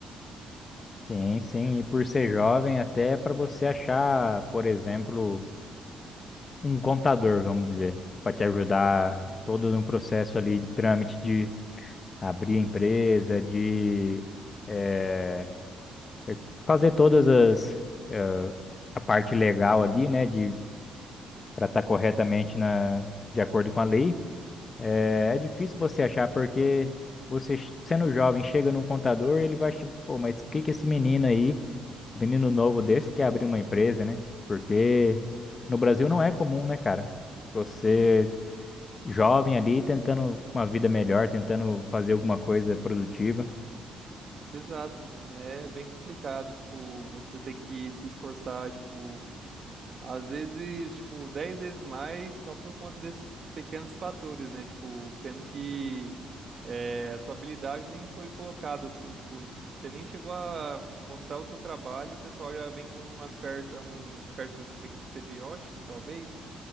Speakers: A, on the left (about 35°); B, on the right (about 45°).
A: sim, sim, e por ser jovem, até pra você achar, por exemplo, um contador, vamos dizer, pra te ajudar todo no processo ali do trâmite de abrir a empresa, de. é, É, fazer todas as eh, a parte legal ali, né, de para estar corretamente na de acordo com a lei. É, é difícil você achar porque você ch- sendo jovem chega num contador, ele vai, achar, pô, mas o que que esse menino aí, menino novo desse quer abrir uma empresa, né? Porque no Brasil não é comum, né, cara? Você jovem ali tentando uma vida melhor, tentando fazer alguma coisa produtiva.
B: Exato, mano. né? É bem complicado, tipo, você tem que se esforçar, tipo, às vezes, tipo, 10 vezes mais só por conta desses pequenos fatores, né? Tipo, sendo que eh, a sua habilidade nem foi colocada assim, tipo, você nem chegou a mostrar o seu trabalho, e o pessoal já vem com uma certa, um certo meio que estereótipo, talvez